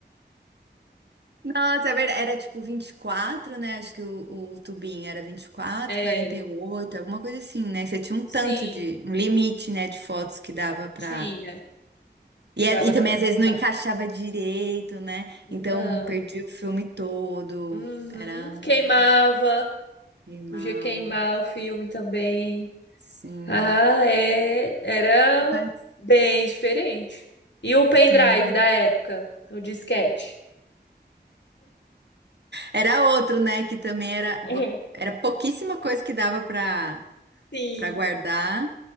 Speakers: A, on the right; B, on the left.
A: Nossa, é verdade. Era tipo vinte e quatro né? Acho que o, o tubinho era vinte e quatro
B: É,
A: quarenta e oito alguma coisa assim, né? Você tinha um
B: sim,
A: tanto de, um limite, né, de fotos que dava pra.
B: tinha,
A: E,
B: que
A: é-
B: dava
A: e também
B: pra colocar.
A: às vezes não encaixava direito, né? Então
B: Não.
A: perdi o filme todo.
B: Uhum.
A: Era
B: Queimava,
A: um queimava,
B: podia queimar o filme também.
A: sim.
B: Ah, é, era
A: Mas
B: bem diferente. E o pendrive
A: sim.
B: da época, o disquete?
A: Era outro, né? Que também era,
B: <laughs>
A: era pouquíssima coisa que dava pra,
B: Sim,
A: pra guardar.